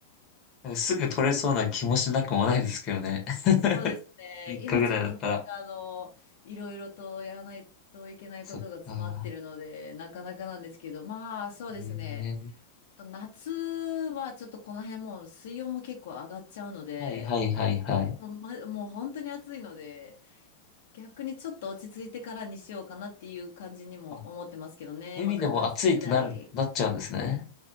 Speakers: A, on the left; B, on the left.
A: なんかすぐ取れそうな気もしなくもないですけどね。<laughs>
B: そうですね。
A: 3日ぐらいだったら。
B: 今ちょっとなんかあの、いろいろとやらないといけないことが詰まってるので、
A: そっか。
B: なかなかなんですけど、まあそうですね。
A: ええ
B: あと夏はちょっとこの辺もう水温も結構上がっちゃうので、
A: はいはいはいはい。
B: もう、ま、もう本当に暑いので、逆にちょっと落ち着いてからにしようかなっていう感じにも思ってますけどね。
A: あ、海でも暑いってなる、
B: まあ9月ぐらい。
A: なっちゃうんですね。